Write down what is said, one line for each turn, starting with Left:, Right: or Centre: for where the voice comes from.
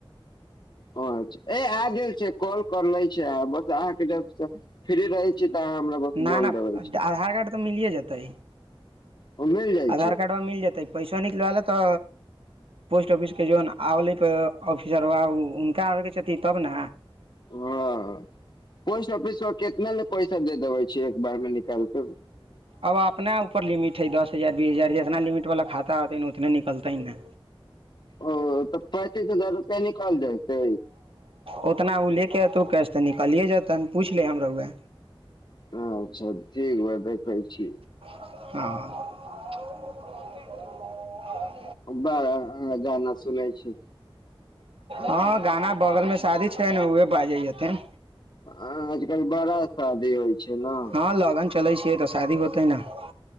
Left: ्छा आ द छै कॉल कर ले छै बस अहाँके फ्री रहै छी। तऽ अहाँ हमरा बस
Right: ना
Left: बोल
Right: ना
Left: देबै छै
Right: आधार कार्ड तऽ मिलिये जेतै।
Left: ओ मिल जाइ
Right: आधार
Left: छै
Right: कार्डवा मिल जेतै। टॉनिक ला लेता। पोस्ट ऑफिस के जोन आवले पर अभ <unintelligible> ओ उनका आरके छै। <unintelligible> तब ने
Left: उहां पोस्ट ऑफिस पर कितना नहि पैसा दे देबे छै एक बार मे निकालके।
Right: अब आपने ऊपर लिमिट है, दस हजार, बीस हजार जतना लिमिट वाला खाता होतै उतने निकलतै न।
Left: ओ तऽ पैंतीस हजार रुपया निकल जयते।
Right: ओ तना ओ लेके एतो कैश। तऽ निकलिये जेतैन पूछले हम रउवा।
Left: अच्छा ठीक बा देखै छी।
Right: ह। आ
Left: बड़ अहां गाना सुनै छी।
Right: ह गाना बगलमे शादी छै ने उहे बाजेया त।
Left: आजकल बड़ा शादी होइ छै ना।
Right: हँ लगन चलै छियै तऽ शादी होतै नहि।